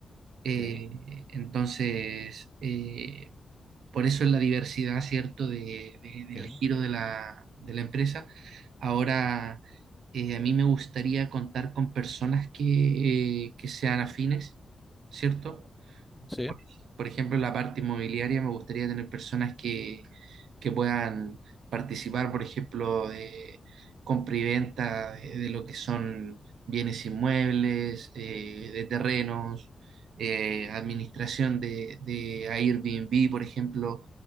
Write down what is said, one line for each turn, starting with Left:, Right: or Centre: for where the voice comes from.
Right: eh,
Centre: Ok,
Right: entonces eh, por eso es la diversidad, ¿cierto?, de- de- del
Centre: ok.
Right: giro de la, de la empresa. Ahora, eh, a mí me gustaría contar con personas que, que sean afines, ¿cierto?
Centre: Sí,
Right: Por, por ejemplo, en la parte inmobiliaria me gustaría tener personas que puedan participar, por ejemplo, de compra y venta de, de lo que son bienes inmuebles, eh, de terrenos, eh, administración de, de Airbnb, por ejemplo,